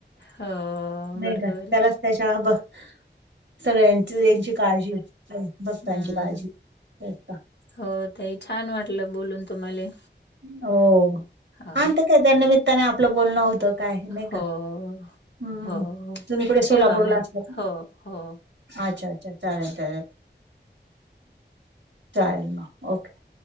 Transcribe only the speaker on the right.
नाही
का त्यालाच त्याच्या भक- सगळ्यांची यांची काळजी भक्तांची
काळजी. <unintelligible>
हो
आण ते काय त्या निमित्ताने आपलं बोलणं होतं. काय नाय
का हम्म,
तुम्ही कुठ सोलापुरला
असता का?
अच्छा अच्छा चालेल चालेल चालेल म ओके.